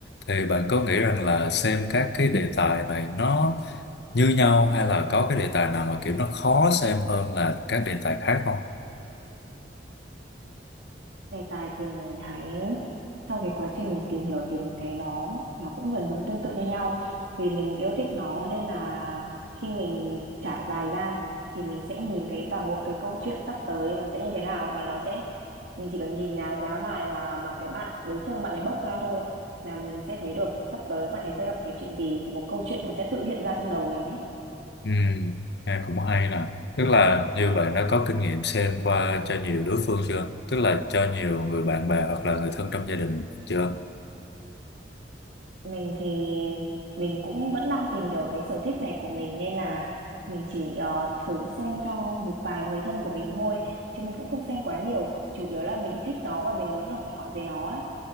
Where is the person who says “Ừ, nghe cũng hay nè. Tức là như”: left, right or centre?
Left